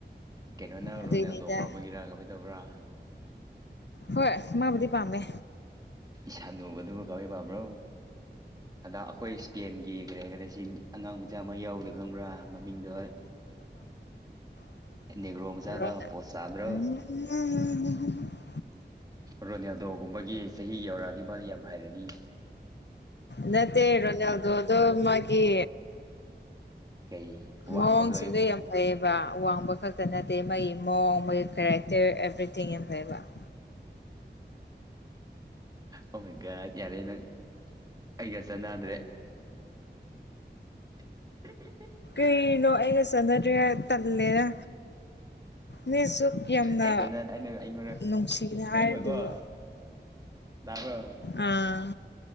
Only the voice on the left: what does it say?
ꯑꯗꯨꯏꯅꯤꯗ
ꯍꯣꯏ ꯃꯥꯕꯨꯗꯤ ꯄꯥꯝꯃꯦ
ꯎ
ꯅꯠꯇꯦ ꯍꯥꯏꯂ ꯌꯥꯎꯗꯣ ꯑꯗꯣ ꯃꯥꯒꯤ
ꯃꯑꯣꯡꯁꯤꯗ
ꯌꯥꯝ ꯐꯩꯌꯦꯕ ꯑꯋꯥꯡꯕ ꯈꯛꯇ ꯅꯠꯇꯦ ꯃꯒꯤ ꯃꯑꯣꯡ ꯃꯣꯏ ꯀꯦꯔꯦꯛꯇꯔ ꯑꯦꯕ꯭ꯔꯤꯊꯤꯡ ꯌꯥꯝ ꯐꯩꯕ <inaudible>
ꯀꯩꯅꯣ ꯑꯩꯒ ꯆꯠꯅꯗ꯭ꯔꯦ ꯇꯜꯂꯦꯔ ꯅꯁꯨ ꯌꯥꯝꯅ
ꯅꯨꯡꯁꯤꯒꯅꯤ ꯍꯥꯏꯔꯤꯗꯨꯕꯨ
ꯑꯥ